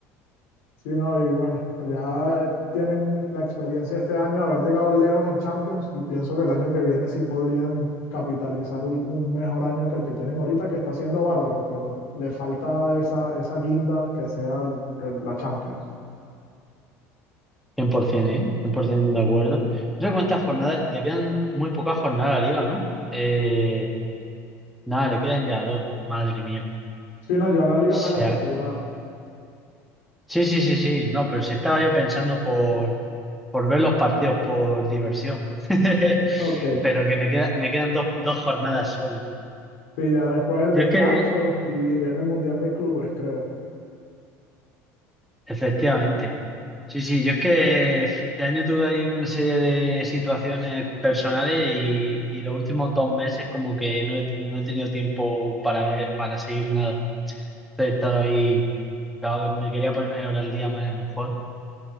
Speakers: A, on the left (about 80°); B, in the centre.
A: Sí, no, y bueno, ya tienen la experiencia este año de haber llegado lejos en Champions y pienso que el año que viene sí podrían capitalizar un, un mejor año que el que tienen ahorita, que está siendo bárbaro, pero le falta esa, esa guinda que sea el- el- la Champions.
B: 100%, ¿eh? 100% de acuerdo. No sé cuántas jornadas... Le quedan muy pocas jornadas a la liga, ¿no? Eh, nada, le quedan ya dos. Madre mía.
A: Sí, no, ya la liga
B: Se,
A: está casi asegurada.
B: Sí, sí, sí, sí. No, pero si estaba yo pensando por, por ver los partidos por diversión. <laughs>
A: Ok.
B: Pero que me queda, me quedan dos, dos jornadas solo.
A: Sí, ya después el
B: Yo
A: descanso
B: es que,
A: y viene el Mundial de Clubes, creo.
B: efectivamente. Sí, sí, yo es que este año tuve ahí una serie de situaciones personales y, y los últimos dos meses como que no he, no he tenido tiempo para ver, para seguir nada. He estado ahí, claro, me quería poner ahora el día más mejor.